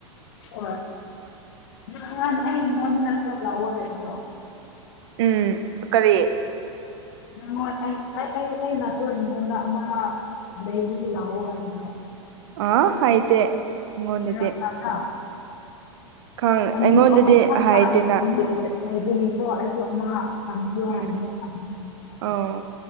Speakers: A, on the left (about 50°); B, on the right (about 55°).
A: ꯍꯣꯏ ꯅꯍꯥꯟ ꯑꯩ ꯅꯉꯣꯟꯗ ꯅꯠꯇ꯭ꯔꯣ ꯂꯥꯛꯑꯣ ꯍꯥꯏꯕꯗꯣ
B: ꯎꯝ ꯀꯔꯤ
A: ꯅꯉꯣꯟ ꯑꯩ ꯑꯩ ꯑꯩ ꯑꯩ ꯅꯉꯣꯟ ꯏꯪꯒꯟꯗ ꯑꯃ ꯂꯩꯕꯒꯤ ꯂꯥꯛꯑꯣ ꯍꯥꯢꯕꯗꯨ
B: ꯑ ꯍꯥꯏꯗꯦ ꯑꯩꯉꯣꯟꯗꯗꯤ
A: ꯃꯦꯔꯥꯡ ꯅꯝꯕ꯭ꯔꯥ
B: ꯑꯩꯉꯣꯟꯗꯗꯤ
A: ꯑꯅꯤ ꯑꯍꯨꯝ ꯐꯕꯀꯟꯗꯗꯤ
B: ꯍꯥꯏꯗꯦꯅ
A: ꯍꯥꯏꯔꯦꯀꯣ ꯑꯩꯁꯨ ꯑꯃ ꯊꯝꯕꯤꯌꯣ ꯍꯥꯢꯕꯅꯦꯕ
B: ꯎꯝ
A: ꯑꯗꯨꯗꯨꯅ
B: ꯑꯧ